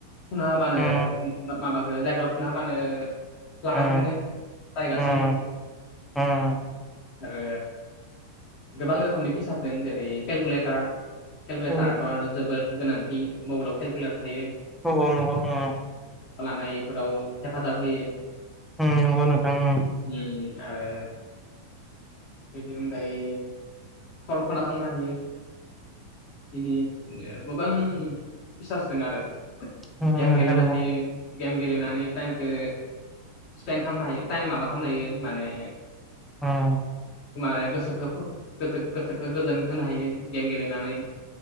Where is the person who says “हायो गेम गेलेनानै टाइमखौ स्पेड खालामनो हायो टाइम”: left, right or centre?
Left